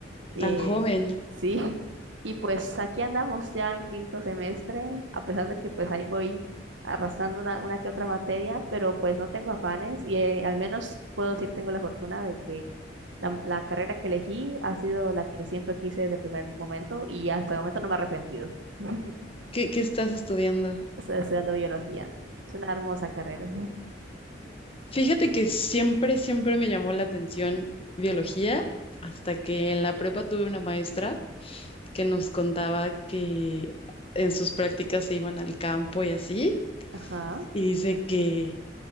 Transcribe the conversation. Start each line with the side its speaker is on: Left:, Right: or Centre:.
Right: Eh,
Left: Tan joven,
Right: sí, <laughs> y pues aquí andamos ya en quinto semestre, a pesar de que pues ahí voy arrastrando una, una que otra materia, pero pues no tengo afanes y eh, al menos puedo decir tengo la fortuna de que la, la carrera que elegí ha sido la que siempre quise desde el primer momento y hasta el momento no me he arrepentido. <laughs>
Left: ¿qué, qué estás estudiando?
Right: Estoy estudiando biología. Es una hermosa carrera.
Left: Fíjate que siempre, siempre me llamó la atención biología, hasta que en la prepa tuve una maestra que nos contaba que en sus prácticas se iban al campo y así,
Right: Ajá.
Left: y dice que,